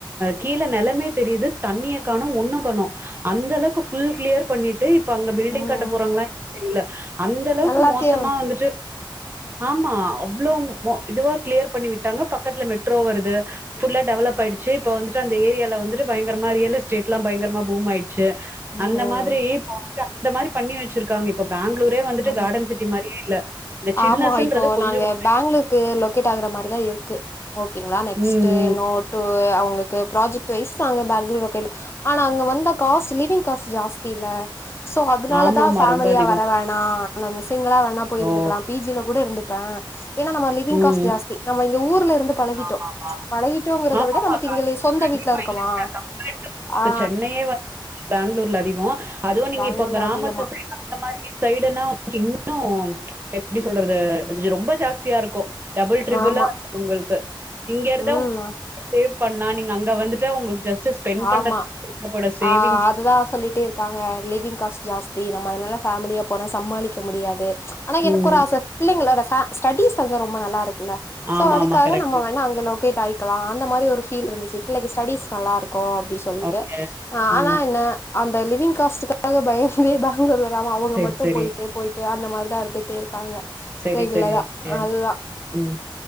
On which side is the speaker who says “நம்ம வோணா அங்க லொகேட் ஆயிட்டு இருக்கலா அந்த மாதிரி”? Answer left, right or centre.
Left